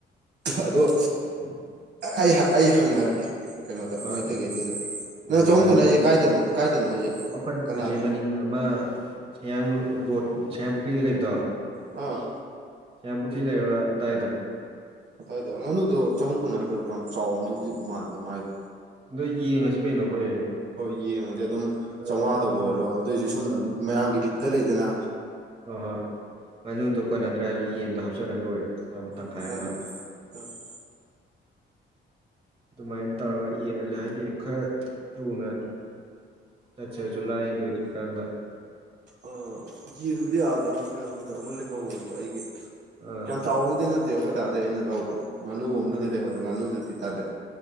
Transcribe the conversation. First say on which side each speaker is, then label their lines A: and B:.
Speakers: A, on the right; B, on the right.
A: ꯑꯗꯣ
B: ꯎ <inaudible>
A: ꯑꯩ ꯑꯩ ꯍꯪꯅꯔꯛꯀꯦ ꯀꯩꯅꯣꯗ
B: ꯍꯣꯏ
A: ꯃꯣꯏꯇꯩ ꯀꯩꯗꯗ ꯅꯪ
B: ꯎꯝ
A: ꯆꯍꯨꯝ
B: ꯉꯥꯅꯨ
A: ꯀꯨꯟꯁꯦ ꯀꯥꯏꯗꯅꯣ ꯀꯥꯏꯗꯅꯣ ꯍꯧꯖꯤꯛ
B: ꯑꯩꯈꯣꯏ
A: ꯀꯅꯥꯗ
B: ꯍꯧ ꯃꯅꯤꯡꯗ ꯑꯃ ꯁꯌꯥꯡ ꯔꯣꯗ ꯁꯌꯥꯡ ꯄꯨꯈ꯭ꯔꯤꯒꯤ ꯂꯩꯕꯗꯣ
A: ꯑ
B: ꯁꯥꯄꯨ ꯀꯤ ꯂ ꯑꯗꯨꯗꯏꯗ
A: ꯑꯗꯨꯋꯥꯏꯗ ꯉꯥꯅꯨꯗꯣ ꯆꯍꯨꯝ ꯀꯨꯟ ꯅꯠꯗ꯭ꯔꯣ ꯌꯥꯝ ꯆꯥꯎꯔꯝꯗꯨꯗꯤ ꯃꯥꯟꯗꯦ ꯃꯥꯏꯗꯣ
B: ꯑꯗꯣ ꯌꯦꯡꯉꯁꯤ ꯀꯩꯅꯣ ꯑꯩꯈꯣꯏ
A: ꯍꯣꯏ ꯌꯦꯡꯉꯁꯦ ꯑꯗꯨꯝ
B: ꯑꯗꯣ
A: ꯆꯥꯝꯉꯥꯗꯕꯨ
B: ꯎꯝ
A: ꯑꯣꯏꯔꯣ ꯑꯗꯨꯑꯣꯏꯔꯁꯨ ꯁꯨꯝ
B: ꯑꯥ
A: ꯃꯌꯥꯝꯒꯤ ꯕꯤꯠꯇ ꯂꯩꯗꯅ
B: ꯍꯣꯏ ꯍꯣꯏ ꯉꯅꯨꯗꯨ ꯀꯣꯟꯅꯗ꯭ꯔꯦ ꯍꯥꯏꯔꯁꯨ ꯌꯦꯟꯗꯣ ꯍꯥꯞꯆꯜꯂ ꯂꯣꯏꯔꯦ ꯇꯪꯈꯥꯏ
A: <unintelligible>
B: ꯑꯃ ꯑꯗꯨꯃꯥꯏꯅ ꯇꯧꯔꯒ ꯌꯦꯡꯉꯁꯦ ꯍꯥꯏꯗꯤ ꯈꯔ ꯊꯨꯅ <unintelligible> ꯆꯠꯁꯦ ꯖꯨꯂꯥꯏ ꯂꯣꯏꯗ꯭ꯔꯤꯀꯥꯟꯗ
A: ꯑ ꯌꯦꯟꯕꯨꯗꯤ ꯑꯥꯗ ꯃ ꯃꯣꯏꯔꯥꯡꯗ ꯑꯃ ꯂꯩꯍꯧꯋꯦꯕ ꯑꯩꯒꯤ
B: ꯑꯥ
A: ꯌꯥꯝ ꯆꯥꯎꯕꯨꯗꯤ ꯅꯠꯇꯦ ꯇꯧ ꯑꯩꯈꯣꯏ ꯗꯥꯗꯩ ꯑꯩꯅ ꯂꯧꯕ ꯉꯥꯅꯨꯒꯨꯝꯕꯕꯨꯗꯤ
B: ꯑꯥ
A: ꯂꯩꯍꯧꯋꯦ ꯉꯥꯅꯨꯗꯨꯗꯤ ꯇꯜꯂꯦ